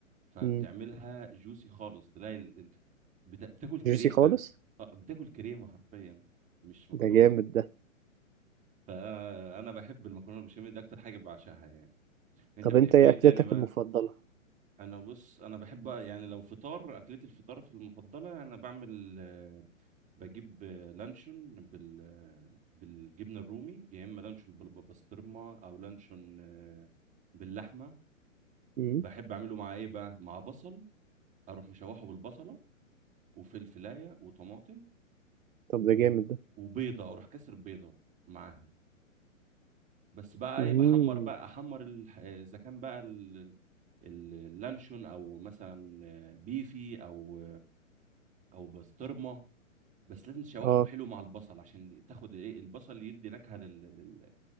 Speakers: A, on the right; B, on the right.
A: فبتعملها
B: مم.
A: جوسي خالص تلاقي ال... ال- بتا... بتاكل كريمه
B: جوسي خالص
A: آه، بتاكل كريمه حرفيا مش مكرونه
B: ده جامد ده
A: فانا بحب المكرونه بالبشاميل دي اكتر حاجه بعشقها يعني انت
B: طب
A: بتحب
B: انت ايه
A: ايه
B: اكلتك
A: تاني بقى
B: المفضلة
A: انا بص انا بحب يعني لو فطار اكلتي الفطار في المفضله انا بعمل آه، بجيب آه، لانشون بال آه، بالجبنه الرومي يا اما لانشون بالبسطرمه او لانشون آه، باللحمه
B: مم.
A: بحب اعمله مع ايه بقى مع بصل اروح مشوحه بالبصله وفلفلايه وطماطم
B: طب ده
A: و...
B: جامد ده
A: وبيضه اروح كسر بيضه معاها بس بقى
B: مم.
A: ايه بحمر بقى احمر ال... اذا كان بقى اللانشون او مثلا بيفي او او بسطرمه بس لازم تشوحهم
B: اه
A: حلو مع البصل عشان تاخد ايه البصل يدي نكهه لل... لل...